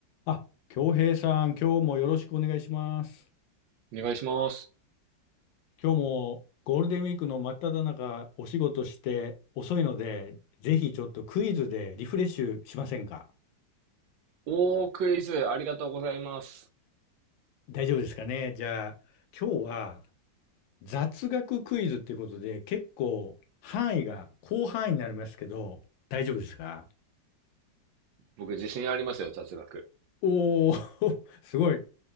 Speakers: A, on the left; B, on the right.
A: あ、京平さん、今日もよろしくお願いします。
B: お願いします。
A: 今日もゴールデンウィークの真っ只中、お仕事して遅いので、ぜひちょっとクイズでリフレッシュしませんか
B: おー、クイズ、ありがとうございます。
A: 大丈夫ですかねじゃあ、今日は雑学クイズってことで、結構範囲が広範囲になりますけど、大丈夫ですか
B: 僕、自信ありますよ、雑学。
A: おー、<laughs> すごい。